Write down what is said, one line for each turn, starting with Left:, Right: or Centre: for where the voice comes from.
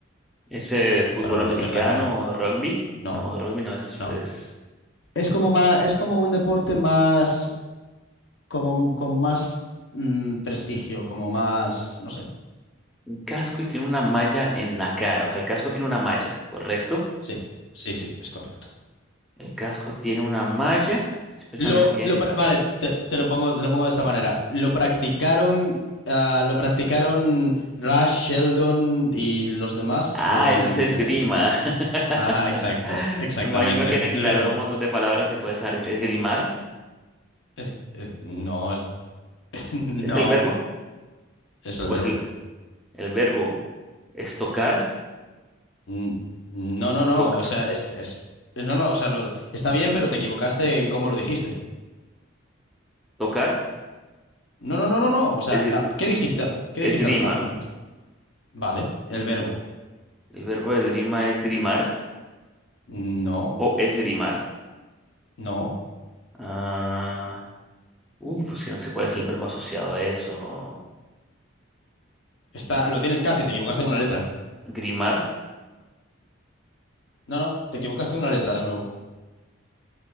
Centre: ¿Es eh, fútbol
Left: para proteger
Centre: americano
Left: la cara.
Centre: o rugby?
Left: No,
Centre: No, rugby no es,
Left: no.
Centre: es
Left: Es como más, es como un deporte más, como con más mm, prestigio, como más, no sé.
Centre: un casco y tiene una malla en la cara. O sea, el casco tiene una malla, ¿correcto?
Left: Sí, sí, sí, es correcto.
Centre: El casco tiene una malla. Estoy pensando
Left: Lo,
Centre: en qué.
Left: lo pra- vale, te, te lo pongo, te lo pongo de esta manera. Lo practicaron, ah, lo practicaron Rush, Sheldon y los demás
Centre: Ah,
Left: en,
Centre: eso es esgrima.
Left: en cier- Ajá, exacto,
Centre: <laughs>
Left: exactamente.
Centre: Me imagino que te quitaron
Left: El verbo.
Centre: un montón de palabras que puedes haber dicho. ¿Esgrimar?
Left: Es, es- no, es- <laughs> no,
Centre: ¿Es el verbo?
Left: es el
Centre: Pues
Left: verbo.
Centre: El verbo es tocar,
Left: Mm, No, no, no.
Centre: toc-
Left: O sea, es, es- No, no, o sea, lo- está bien, pero te equivocaste en cómo lo dijiste.
Centre: tocar,
Left: No, no, no, no, no. O sea,
Centre: es,
Left: la- ¿qué dijiste hace, qué dijiste
Centre: esgrima.
Left: hace un momento? Vale, el verbo.
Centre: El verbo esgrima es grimar
Left: No,
Centre: o esgrimar.
Left: no.
Centre: Ah, uh, si no sé cuál es el verbo asociado a eso.
Left: Está,
Centre: Ah,
Left: lo tienes casi, te equivocaste en una letra.
Centre: Grimar,
Left: No, no, te equivocaste en una letra de nuevo.